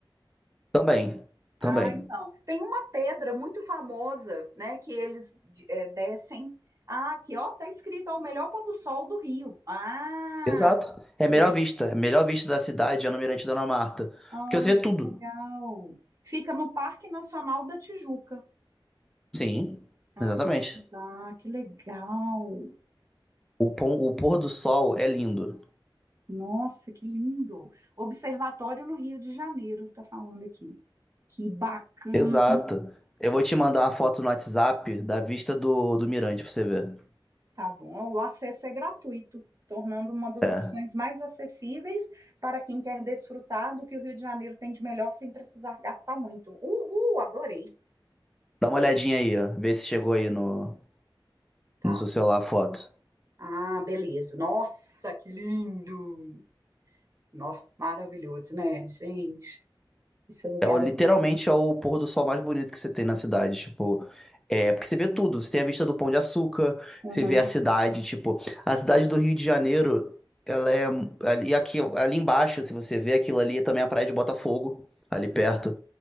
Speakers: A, in the centre; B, on the right.
A: Também,
B: Ah,
A: também.
B: então. Tem uma pedra muito famosa, né, que eles é, descem. Ah, aqui, ó, tá escrito, ó, o melhor pôr do sol do Rio. Ah,
A: Exato. É a
B: Mirante.
A: melhor vista. É a melhor vista da cidade é no Mirante Dona Marta.
B: Olha,
A: Porque você vê tudo.
B: que legal. Fica no Parque Nacional da Tijuca.
A: Sim,
B: Ah,
A: exatamente.
B: tá, que legal.
A: O, pon- o pôr do sol é lindo.
B: Nossa, que lindo. Observatório no Rio de Janeiro, tá falando aqui. Que bacana,
A: Exato. Eu vou te mandar uma foto no WhatsApp da vista do, do Mirante pra você ver.
B: tá bom? O acesso é gratuito, tornando uma das
A: É.
B: opções mais acessíveis para quem quer desfrutar do que o Rio de Janeiro tem de melhor sem precisar gastar muito. Uhul, adorei.
A: Dá uma olhadinha aí, ó. Vê se chegou aí no,
B: Tá.
A: no seu celular a foto.
B: Ah, beleza. Nossa, que lindo. Nó, maravilhoso, né, gente? Esse lugar
A: É, o- literalmente
B: é.
A: é o pôr do sol mais bonito que você tem na cidade, tipo, é, porque você vê tudo, você tem a vista do Pão de Açúcar,
B: Uhum.
A: você vê a cidade, tipo, a cidade do Rio de Janeiro, ela é, e aqui, ali embaixo, se você vê aquilo ali, é também a Praia de Botafogo, ali perto,